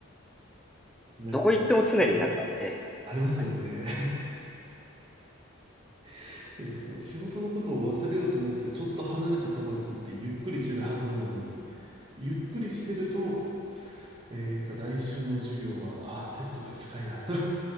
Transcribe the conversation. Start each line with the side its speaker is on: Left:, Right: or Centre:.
Right: なんか、
Centre: どこ行っても常になんか、
Right: ね
Centre: ええ、
Right: ありますよね。
Centre: ありますね。
Right: <laughs> いやその仕事のことを忘れようと思って、ちょっと離れたところに行ってゆっくりしてるはずなのに、ゆっくりしてると、えーと、来週の授業は、ああ、テストが近いなと。